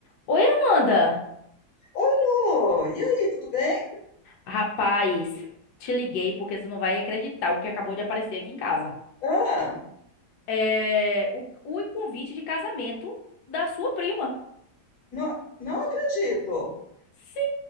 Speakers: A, on the left; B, on the left.
A: Oi, Amanda!
B: Oi, Lu! E aí, tudo bem?
A: Rapaz, te liguei porque você não vai acreditar o que acabou de aparecer aqui em casa.
B: Ah,
A: É o, o convite de casamento da sua prima.
B: não, não acredito.
A: Sim,